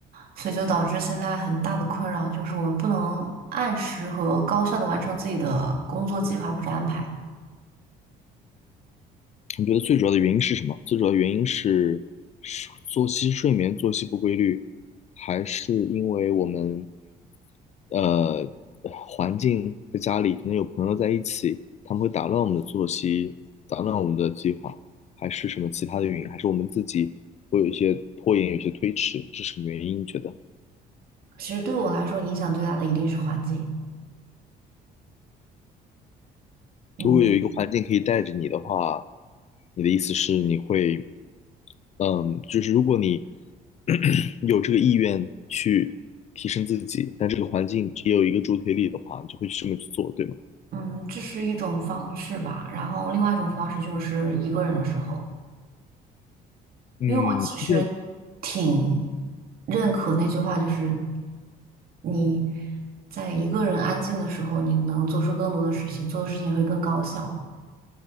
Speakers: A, on the right; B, on the left.
A: 所以就导致现在很大的困扰就是我们不能按时和高效的完成自己的工作计划或者安排。
B: 你觉得最主要的原因是什么？最主要的原因是睡作息、睡眠、作息不规律，还是因为我们呃环境在家里可能有朋友在一起，他们会打乱我们的作息，打乱我们的计划，还是什么其他的原因？还是我们自己会有一些拖延，有一些推迟，是什么原因？你觉得？
A: 其实对我来说，影响最大的一定是环境。嗯
B: 如果有一个环境可以带着你的话，你的意思是你会，嗯，就是如果你 <clears throat> 有这个意愿去提升自己，但这个环境也有一个助推力的话，你就会去这么去做，对吗？
A: 嗯，这是一种方式吧。然后另外一种方式就是一个人的时候。
B: 嗯，
A: 因为我其实挺
B: 那
A: 认可那句话，就是你在一个人安静的时候，你能做出更多的事情，做的事情会更高效。